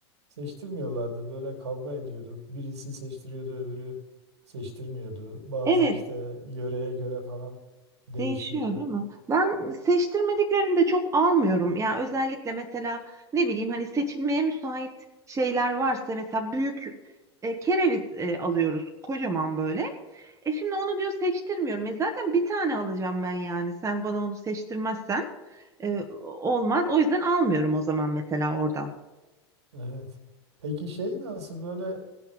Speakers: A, on the right; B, on the right.
A: seçtirmiyorlardı. Böyle kavga ediyorduk. Birisi seçtiriyordu, öbürü seçtirmiyordu. Bazı
B: Evet,
A: işte yöreye göre falan değişiyor.
B: Değişiyor değil mi? Ben seçtirmediklerini de çok almıyorum. Ya özellikle mesela ne bileyim hani seçilmeye müsait şeyler varsa mesela büyük e, kereviz e, alıyoruz kocaman böyle. E şimdi onu diyor seçtirmiyorum. E zaten bir tane alacağım ben yani. Sen bana onu seçtirmezsen. Ee, olmaz. O yüzden almıyorum o zaman mesela oradan.
A: Evet. Peki şey nasıl böyle